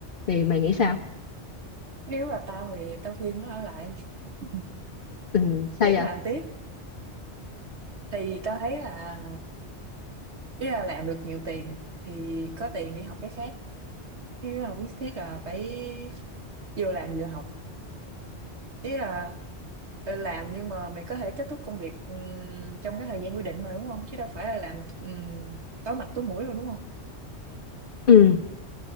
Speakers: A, on the left; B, on the right.
A: thì mày nghĩ sao
B: ừ nếu là tao thì tao khuyên nó ở lại <laughs>
A: ừ sao
B: vẫn
A: vậy
B: làm tiếp thì tao thấy là nếu là làm được nhiều tiền thì có tiền để học cái khác chứ không nhất thiết là phải vừa làm vừa học ý là ờ, làm nhưng mà mày có thể kết thúc công việc ừm, trong cái thời gian quy định mà đúng không chứ đâu phải là làm ừm, tối mặt tối mũi đâu đúng không
A: ừ